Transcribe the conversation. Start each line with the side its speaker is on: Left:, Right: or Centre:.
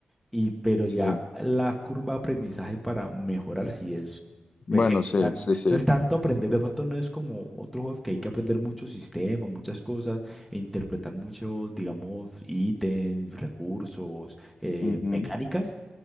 Centre: Y pero ya
Left: Sí.
Centre: la curva de aprendizaje para mejorar sí es,
Left: Bueno,
Centre: pues, heavy,
Left: sí,
Centre: o sea, no
Left: sí, sí.
Centre: es tanto aprender, de pronto no es como otro juego que hay que aprender muchos sistemas, muchas cosas, e interpretar muchos, digamos, ítems, recursos, eh,
Left: Ujú,
Centre: mecánicas,